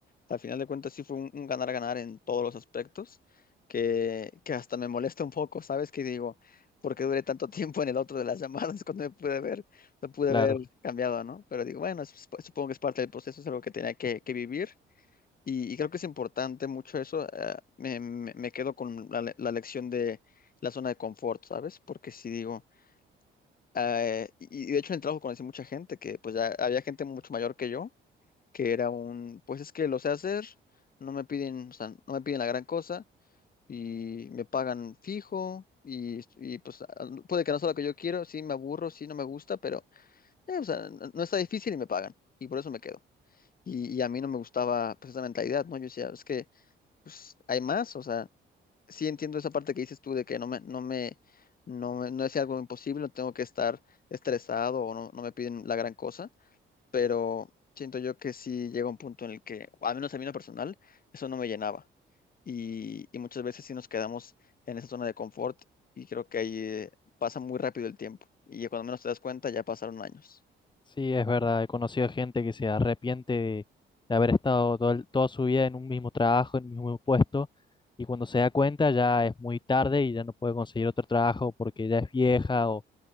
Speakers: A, on the left (about 45°); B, on the left (about 25°).
A: al final de cuentas, sí fue un un ganar-ganar en todos los aspectos, que, que hasta me molesta un poco, ¿sabes? Que digo, ¿por qué duré tanto <laughs> tiempo en el otro de las llamadas <laughs> cuando me pude ver, me pude
B: Claro,
A: haber cambiado, ¿no? Pero digo, bueno, es- supongo que es parte del proceso, es algo que tenía que, que vivir. Y, y creo que es importante mucho eso. eh, me, me- me quedo con la, le- la lección de la zona de confort, ¿sabes? Porque si digo eh, y y de hecho en el trabajo conocí mucha gente que pues ya había gente mucho mayor que yo, que era un, pues es que lo sé hacer, no me piden, o sea, no me piden la gran cosa y me pagan fijo y, y, pues a- puede que no sea lo que yo quiero, sí me aburro, sí no me gusta, pero eh, o sea, no, no está difícil y me pagan y por eso me quedo. Y, y a mí no me gustaba pues esa mentalidad, ¿no? Yo decía, es que pues hay más, o sea, sí entiendo esa parte que dices tú de que no me, no me, no me- no es algo imposible, no tengo que estar estresado o no, no me piden la gran cosa, pero siento yo que sí llega un punto en el que, al menos a mí en lo personal, eso no me llenaba. Y, y muchas veces sí nos quedamos en esa zona de confort y creo que ahí eh, pasa muy rápido el tiempo. Y cuando menos te das cuenta, ya pasaron años.
B: sí, es verdad. He conocido gente que se arrepiente de, de haber estado todo el- toda su vida en un mismo trabajo, en un mismo puesto, y cuando se da cuenta ya es muy tarde y ya no puede conseguir otro trabajo porque ya es vieja o,